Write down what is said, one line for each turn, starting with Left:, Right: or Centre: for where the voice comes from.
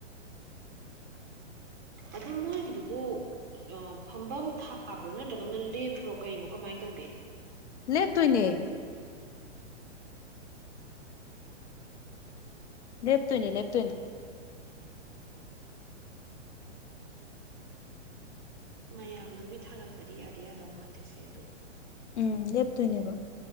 Right: ꯑꯗꯨꯝ ꯃꯣꯏꯒꯤꯗꯨꯕꯨ ꯑꯥ ꯐꯝꯝꯕ ꯊꯥꯕ꯭ꯔꯥ ꯅꯠꯇ꯭ꯔꯒꯅ ꯂꯦꯞꯄ꯭ꯔꯣ ꯀꯩꯅꯣ ꯀꯃꯥꯏꯅ ꯇꯧꯒꯦ
Left: ꯂꯦꯞꯇꯣꯏꯅꯦ ꯂꯦꯞꯇꫭꯏꯅꯤ ꯂꯦꯞꯇꫭꯏꯅꯤ
Right: ꯃꯌꯥꯝꯗꯨꯒꯤ ꯊꯥꯔꯛꯄꯗꯤ ꯌꯥꯗꯤ ꯌꯥꯗꯧ ꯃꯥꯟꯗꯦꯁꯦ ꯑꯗꯣ
Left: ꯎꯝ ꯂꯦꯞꯇꯣꯏꯅꯦꯕ